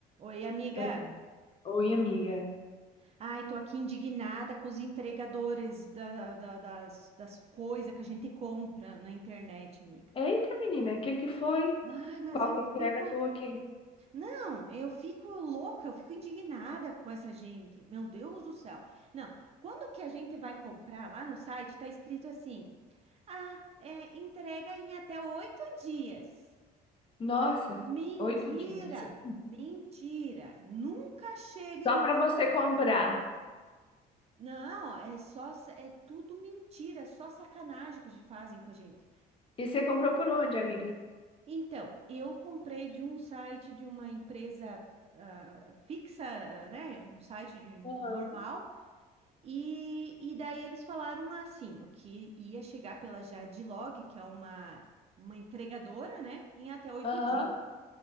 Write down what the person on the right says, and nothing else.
Oi, amiga.
Ai, tô aqui indignada com os entregadores da- da- das, das coisas que a gente compra na internet, amiga.
Ai, mas
eu
fico.
Não, eu fico louca, eu fico indignada com essa gente. Meu Deus do céu. Não, quando que a gente vai comprar lá no site, tá escrito assim: ah, é, entrega em até oito dias.
Mentira!
Mentira! Nunca chega
em
oito
dias.
Não, é só, sa- é tudo mentira, é só sacanagem que eles fazem com a gente.
Então, eu comprei de um site de uma empresa ah, fixa, ah, né, um site de-
normal, e, e daí eles falaram lá assim, o que ia chegar pela Jadlog, que é uma, uma entregadora, né, em até oito
dias.